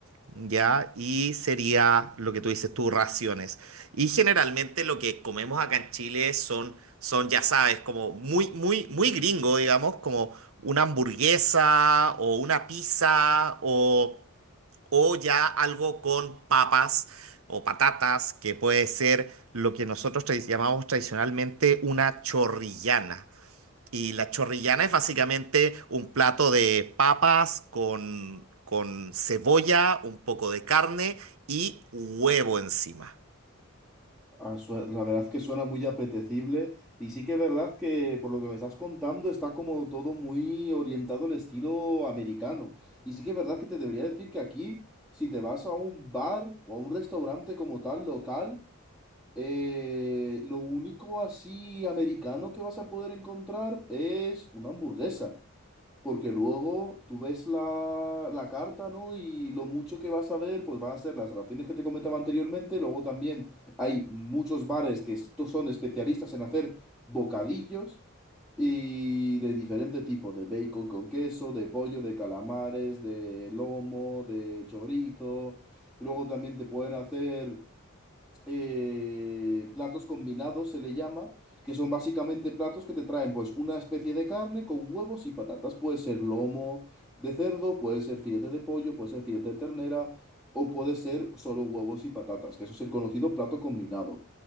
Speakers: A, on the right; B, in the centre.
A: ¿ya? Y sería lo que tú dices tú, raciones. Y generalmente lo que comemos acá en Chile son, son, ya sabes, como muy, muy, muy gringo, digamos, como una hamburguesa o una pizza o, o ya algo con papas o patatas, que puede ser lo que nosotros tra- llamamos tradicionalmente una chorrillana. Y la chorrillana es básicamente un plato de papas con, con cebolla, un poco de carne y huevo encima.
B: Ah, su- La verdad que suena muy apetecible y sí que es verdad que por lo que me estás contando está como todo muy orientado al estilo americano. Y sí que es verdad que te debería decir que aquí, si te vas a un bar o a un restaurante como tal local, Eh, lo único así americano que vas a poder encontrar es una hamburguesa, porque luego tú ves la, la carta, ¿no? Y lo mucho que vas a ver, pues van a ser las raciones que te comentaba anteriormente, luego también hay muchos bares que estos son especialistas en hacer bocadillos y de diferente tipo, de bacon con queso, de pollo, de calamares, de lomo, de chorizo, luego también te pueden hacer eh, platos combinados se le llama, que son básicamente platos que te traen pues una especie de carne con huevos y patatas. Puede ser lomo de cerdo, puede ser filete de pollo, puede ser filete de ternera o puede ser solo huevos y patatas, que eso es el conocido plato combinado.